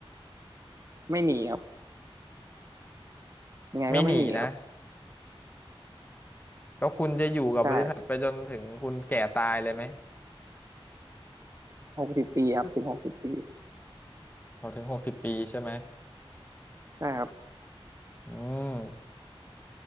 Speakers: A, on the right; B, on the left.
A: ไม่หนีครับยังไงก็ไม่หนีครับ
B: ไม่หนีนะ แล้วคุณจะอยู่กับบริษัทไปจนถึงคุณแก่ตายเลยไหม
A: ใช่หกสิบปีครับถึงหกสิบปี
B: พอถึงหกสิบปีใช่ไหม
A: ใช่ครับ
B: อืม